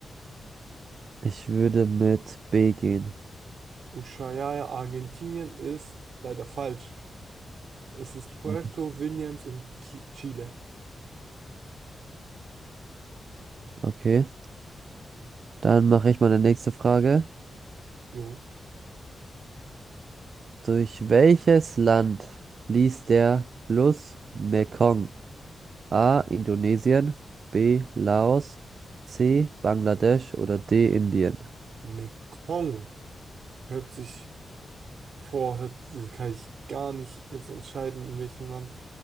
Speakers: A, on the right (about 50°); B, on the right (about 70°).
A: Ich würde mit B gehen.
B: Ushuaia, Argentinien ist leider falsch. Es ist
A: Schade.
B: Puerto Williams in Ki Chile.
A: Okay. Dann mache ich meine nächste Frage.
B: Jo.
A: Durch welches Land fließt der Fluss Mekong? A. Indonesien, B. Laos, C. Bangladesch oder D. Indien?
B: Mekong hört sich Boah, heute kann ich gar nicht jetzt entscheiden, in welchem Land,